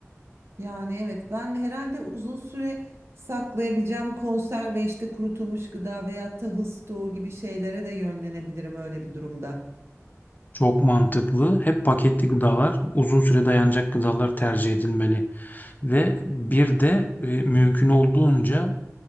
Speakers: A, on the right; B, on the left.
A: Yani evet ben herhalde uzun süre saklayabileceğim konserve işte kurutulmuş gıda veya tahıl stoğu gibi şeylere de yönlenebilirim öyle bir durumda.
B: Çok mantıklı. Hep paketli gıdalar, uzun süre dayanacak gıdalar tercih edilmeli. Ve bir de e, mümkün olduğunca